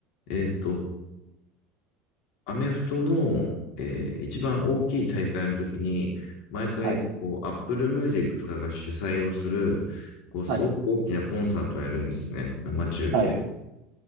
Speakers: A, on the left (about 60°); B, on the right (about 60°).
A: えっと、アメフトの、えー一番大きい大会の時に、毎回、
B: はい。
A: こう、Apple Music とかが主催をする、こう、すごく大きなコンサートをやるんですね。
B: はい。
A: 生中継
B: はい。